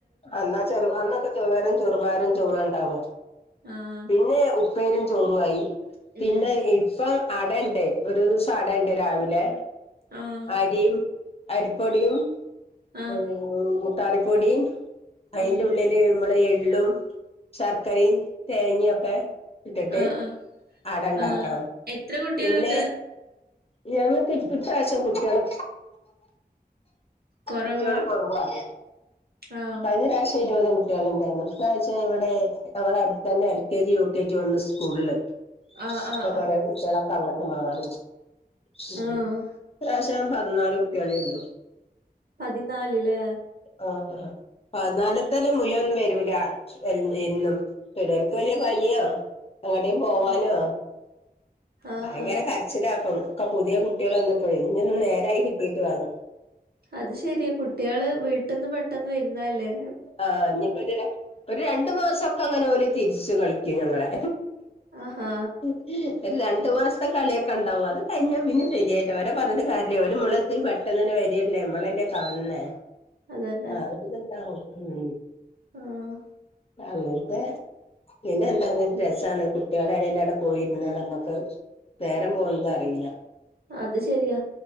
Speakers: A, on the left; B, on the right.
A: അന്നാ ചെറു അന്നൊക്കെ ചോറും ചെറുപയറും ചോറാണ്ടാവ
B: ആഹ്
A: പിന്നെ ഉപ്പേരിം ചോറ്വായി. പിന്നെ
B: ഉം
A: ഇപ്പം അടണ്ട് ഒരു ദിവസം അടണ്ട് രാവിലെ
B: ആഹ്
A: അരിം അരിപ്പൊടിയും
B: ആഹ്
A: ഉം ഉം മുത്താറിപ്പൊടിം അയിന്റുള്ളി
B: ഉം
A: ല് മ്മളെ എള്ളും ശർക്കരിം തേങ്ങ്യൊക്കെ ഇട്ട്ട്ട്
B: ആഹ് ആഹ്
A: അടണ്ടാക്കണം
B: ആഹ് എത്ര കുട്ടികളുണ്ട്
A: പിന്നെ ഞങ്ങക്കി ഇപ്രാശം കുട്ട്യെള്
B: കൊറവാ
A: കുട്ട്യെള് കൊറവാണ്.
B: ആഹ്
A: കയിഞ്ഞ പ്രാശ്യം ഇരുപത് കു ട്ട്യെള്ണ്ടെന്നു ഇപ്രാശ്യം ഇവടെ ഞങ്ങളട്ത്തെന്നെ L K G, U K G വന്ന് സ്കൂളില്.
B: ആഹ് ആഹ്
A: അപ്പ കൊറെ
B: ആഹ്
A: കുട്ട്യേളൊക്കെ അങ്ങട്ട് മാറി. <unintelligible>
B: ആഹ്
A: ഇപ്രാശ്യം പതിനാല് കുട്ട്യേളേ ഒള്ളൂ.
B: പതിനാല് ല്ലേ
A: ആഹ് ആഹ് പതിനാല്ത്തെന്നെ മുയ്‌വൊന്നും വെരൂല. അന്ന് എന്നും ചിലർക്ക് വെല്ല്യെ പനിയോ എങ്ങട്ടേം പോവാനോ
B: ആഹ് ആഹ്
A: ഭയങ്കര
B: ആഹ്
A: കര്ച്ചിലാ അപ്പം ഒക്കെ പുത്യേ കുട്ട്യെള് വന്നപ്പഴേ ഇഞൊന്ന് നേരായി കിട്ടിട്ട് വാണം.
B: അത് ശെര്യാ കുട്ട്യെള് വീട്ട്ന്ന് പെട്ടന്ന് വെര്ന്നല്ലേ.
A: ആഹ് ഇഞ്പ്പോര് ര ഒര് രണ്ട് മാസൊക്കങ്ങനോല് തിരിച്ച് കളിക്കും ഞങ്ങളെ
B: ആഹാ
A: ഒര് രണ്ട് മാസത്തെ കള്യക്കെണ്ടാവും അത് കഴിഞ്ഞാ പിന്നെ ശരിയായിട്ട് ഓരെ പർഞ്ഞിട്ട് കാര്യല്ല ഓല് മ്മള് ഇ പെട്ടെന്ന്ന്നെ വെര്യല്ലേ അമ്മളല്ലേ കാൺണേ
B: അതന്നെ
A: ആഹ് അതൊക്കെ കൊണ്ടാണ് ഉം
B: ആഹ്
A: അങ്ങൻത്തെ പിന്നെന്താ ങ്ങനെ രസാണ് കുട്ട്യെളെ <unintelligible> പോയിര്ന്ന നമ്മക്ക് നേരം പോവുന്നതറീല്ല.
B: അത് ശരിയാ